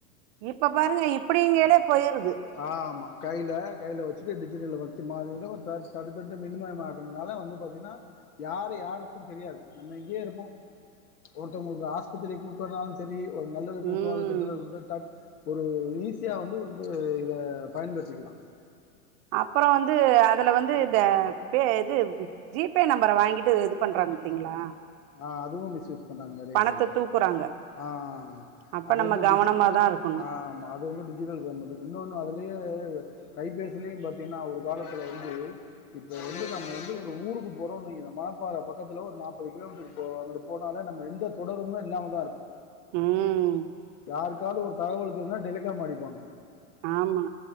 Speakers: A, on the right (about 45°); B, on the left (about 85°).
A: இப்ப பாருங்க இப்படிங்கேலே போயிருது
B: ஆ ஆமா கைல கைல வச்சுட்டு டிஜிட்டல்ல வச்சமா அது வந்து ஒரு தேர்டு சர்வருர்ட்ட மினிமமா இருக்கனால வந்து பாத்தீனா யாரு யாருக்கு தெரியாது நம்ம இங்கேயே இருப்போ ஒருத்தவுங்களுக்கு ஆஸ்பத்திரிக்கு குடுக்குனாலு செரி ஒரு நல்லதுக்கு குடுக்க்னாலு
A: ம்
B: கெட்டதுக் குடுக்க டக் ஒரு ஈஸியா வந்து வந்து அ இத பயன்படுத்திக்கிலா
A: அப்பற வந்து அதுல வந்து இந்த பே இது ஜிபே நம்பர வாங்கிட்டு இது பண்றாங்க பாத்தீங்களா
B: ஆ அதுவு மிஸ்யூஸ் பண்ணுறாங்க நிறைய
A: பணத்த
B: பேர்
A: தூக்குறாங்க
B: ஆ
A: அப்ப
B: அது
A: நம்ம
B: வந்து
A: கவனமாதா
B: டிஜிட்
A: இருக்கணு
B: ஆ ஆமா அது வந்து டி ஜிட்டல் பேமென்ட் இருக்கு இன்னொன்னு அதுலயே கைபேசிலயு பாத்தீங்கன்னா ஒரு காலத்துல வந்து இப்போ வந்து நம்ம வந்து ஒரு ஊருக்கு போறோன்னு வை இந்த மாப்பாள பக்கத்துல ஒரு நாப்பது கிலோமீட்டருக்கு போ அங்கிட்டு போனாலே நம்ம எந்த தொடர்புமே இல்லாமதா இருப்போ
A: ம்
B: யாருக்காவது ஒரு தகவல் தெரிஞ்சா டெலிக்காம் அடிப்பாங்க
A: ஆமா